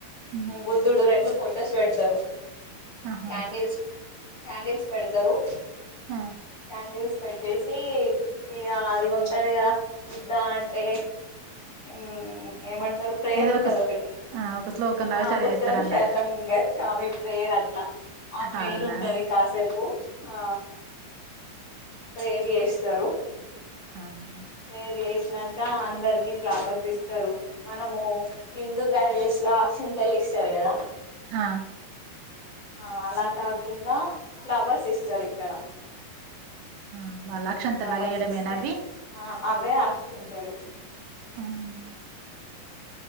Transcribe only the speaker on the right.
ఉమ్.
ఆహా
ఆ
ఏదో ఒక స్- ఆ ఒక శ్లోకం లాగా
చదివేస్తారన్న
అవునా
అవునా
హా
ఆ వాళ్ళ అక్షంతల్
లాగా ఎయ్యడమేనావ్వి
అవునా